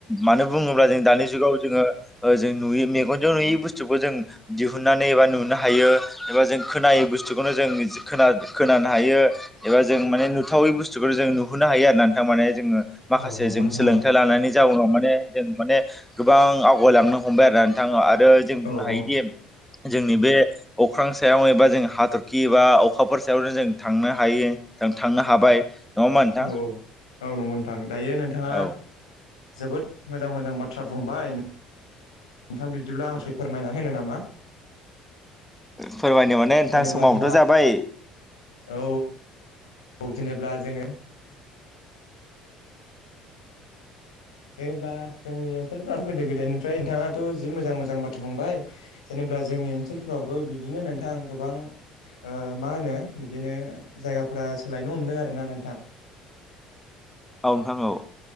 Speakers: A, in the centre; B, on the left.
A: मानो। बुङोब्ला जों दानि जुगाव जोङो जों नुयै मेगन ज नुयै बुस्थुखौ जों दिहुननानै एबा नुनो। हायो एबा जों खोनायो बुस्थुखौनो जों खोनानो हायो एबा जों माने नु। जाथावै बुस्थुखौ जों नुहनो हायो आरो नोंथां माने जों माखासे
B: औ नंगौ
A: जों
B: नोंथां
A: सोलोंथाइ
B: औ
A: लानानै जाउनाव माने ने जों माने गोबां आवगायलांनो हमबाय आरोना नोंथां ओ आरो जों
B: औ
A: बुंनो हायोदि
B: औ
A: जोंनि बे अख्रां सायाव एबा जों हाथरखि एबा अखाफोर सायावनो जों थांनो हायो। जों थांनो हाबाय। होमबा नोंथां
B: औ औ औ नंगौ नोंथां दायो नोंथाङा
A: औ
B: जोबोद मोजां मोजां बाथ्रा बुंबाय। नोंथां बिब्दिब्ला आं एसे फोरमायनानै होनो नामा?
A: फोरमायनो माने नोंथां
B: जेनेबा
A: समाबोथ'
B: जोंहा
A: जाबाय
B: औ औ जेनेबा जोङो जेनेब्ला जोंनि ओनसोलफ्राव गोदो गोदायनिफ्राय नोंथाङाथ' जि मोजां मोजां बाथ्रा बुंबाय जेनेब्ला जोंनि ओनसोलफोरावबो बिदिनो नोंथां आं गोबां ओ मा होनो बिदिनो जायगाफोरा सोलायनो हमदों आरोना नोंथां।
A: औ नोंथां औ।